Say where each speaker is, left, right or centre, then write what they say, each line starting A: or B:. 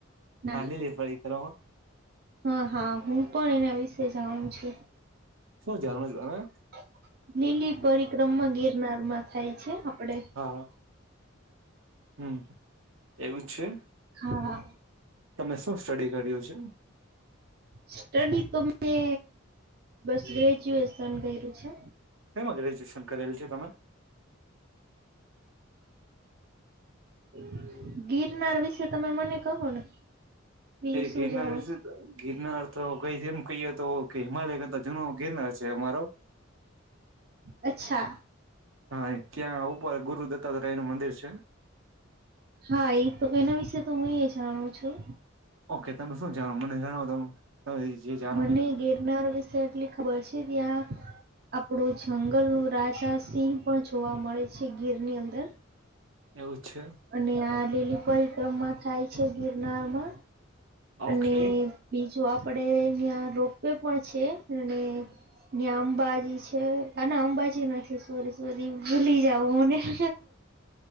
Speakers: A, on the right; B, on the right.
A: ના
B: હા લીલી પરિક્રમા
A: હા! હા! હું પણ, એના વિશે જાણું છું.
B: શું જાણવું
A: <inaudible>
B: છે તમે
A: લીલી પરિક્રમમાં ગીરનારમાં. થાય છે.? આપપડે.
B: હા હા હમ <inaudible> જ છે
A: હા હા <inaudible>
B: તમે શું સ્ટડી કર્યું છે.
A: સ્ટડી તો મેને બસ ગ્રેજ્યુએશન કર્યું છે.
B: તેમાં ગ્રેજ્યુએશન કરેલું છ તમે.
A: હમ <inaudible> ગિરનાર વિશે તમે મને કહો ને. બીજું
B: એ
A: શું
B: ગિરનાર
A: જાણો
B: વિ
A: છો
B: ગિરનાર તો કઈ એમ કહીએ તો કે હિમાલય કરતા જૂનો ગિરનાર છે અમારો.
A: અચ્છા.
B: હા <inaudible> ત્યાં ઉપર ગુરુ દત્તાત્રય નું મંદિર છે.
A: હા એ તો એના વિશેે તો હું એ જાણું છું.
B: ઓકે તમે શું જાણો. મને જણાવો તમે તમે જે જાણો
A: મને
B: એ
A: ગિરનાર વિશે એટલી ખબર છે. ત્યાં આપડો જંગલનો રાજા સિંહ પણ જોવા મળે છે, ગીરની અંદર.
B: એવું જ છે.
A: અને આ લીલી પરિક્રમામાં થાય છે ગિરનારમાં. અને
B: ઓકે
A: બીજ તો આપડે અઈયાં રોપ વે પણ છે અને ન્યાં આમ બાજી છે અને અંબાજી જી નથી, સોરી, સોરી, ભૂલી જાવ મને <inaudible>